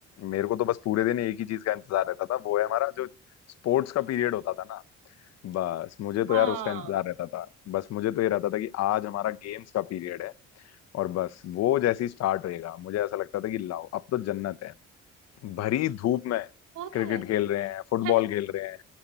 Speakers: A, on the left; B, on the right.
A: मेरे को तो बस पूरे दिन एक ही चीज का इंतजार रहता था वो है हमारा जो स्पोर्ट्स का पीरियड होता था ना बस मुझे तो
B: हाँ
A: यार उसका इंतजार रहता था बस मुझे तो ये रहता था कि आज हमारा गेम्स का पीरियड है और बस वो जैसे ही स्टार्ट होएगा मुझे ऐसा लगता था कि लाओ अब तो जन्नत है भरी धूप में
B: वो
A: क्रिकेट
B: तो है
A: खेल रहे हैं फुटबॉल
B: <laughs>
A: खेल रहे हैं